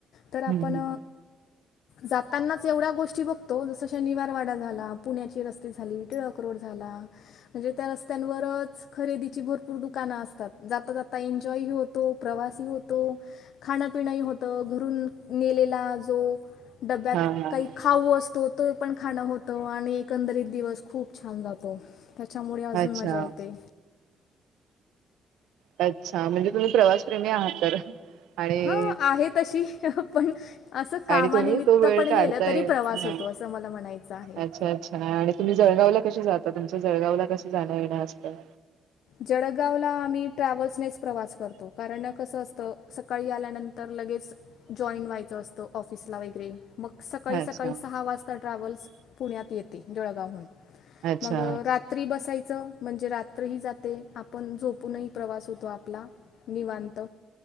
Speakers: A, on the left (about 75°); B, on the right (about 80°).
A: तर आपण
B: हम्म हम्म.
A: जातानाच एवढ्या गोष्टी बघतो जस निवारवाडा झाला पुण्याची रस्ते झाली टिळक तवर खरे भप दुकातात ज एन्जॉय होतो प्रवास होतो खाण्यापिणही होत घरून नेलेला जो डब्यात
B: हा हा हा.
A: काही खाऊ असतो तो पण खाणं होतं आणि एकंदरीत दिवस खूप खूप छान जातो त्याच्यामुळे अजून
B: अच्छा.
A: मजा येते
B: अच्छा म्हणजे तुम्ही प्रवासप्रेमी आहात तर आणि
A: ह आहे तशी पण असं कामानिमितत
B: आणि तुम्ही तो वेळ
A: पण
B: काढताय.
A: गेलं तरी प्रवास
B: हा.
A: होतो असं मला म्हणायचं आहे
B: अच्छा अच्छा आणि तुम्ही जळगाव ला कसे जात आता तुमच्या जळगावला कस जाणं येणं असतं
A: जळगावला आम्ही ट्रॅव्हल्सेच प्रवास करतो कारण कसं असतं सकाळी आल्यानंतर लगेच जॉईन व्हायचं असतं ऑफिसला वगैरे मग सकाळी
B: अच्छा.
A: सकाळी सहा वाजता ट्रॅव्हल्स पुण्यात येते जळगावहून
B: अच्छा.
A: मग रात्री बसायचं म्हणजे रात्र ह जात ते आपण झोपूनही प्रवास होतो आपला निवांत